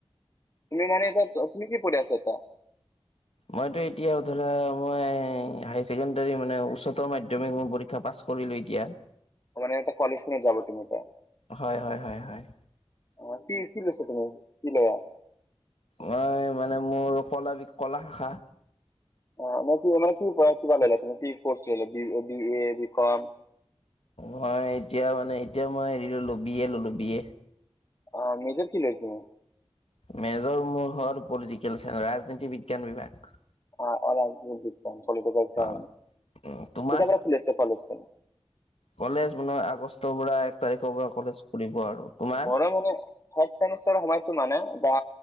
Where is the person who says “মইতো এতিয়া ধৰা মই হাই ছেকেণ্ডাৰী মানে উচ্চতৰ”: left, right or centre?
Left